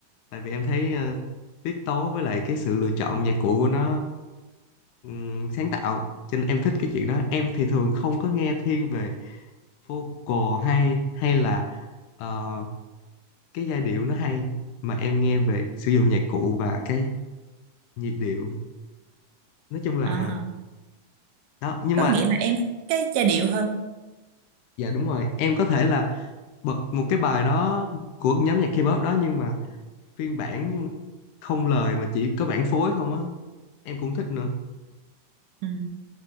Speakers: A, on the left; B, on the right.
A: tại vì em thấy ờ, tiết tấu với lại cái sự lựa chọn nhạc cụ của nó ừm, sáng tạo cho nên em thích cái chuyện đó em thì thường không có nghe thiên về vocal hay hay là ờ, cái giai điệu nó hay mà em nghe về sử dụng nhạc cụ và cái nhịp điệu nói chung là
B: à
A: đó nhưng
B: có
A: mà
B: nghĩa là em thích cái giai điệu hơn
A: dạ đúng rồi em có thể là bật một cái bài đó của nhóm nhạc K-pop đó nhưng mà phiên bản không lời mà chỉ có bản phối không á em cũng thích nữa
B: ừ.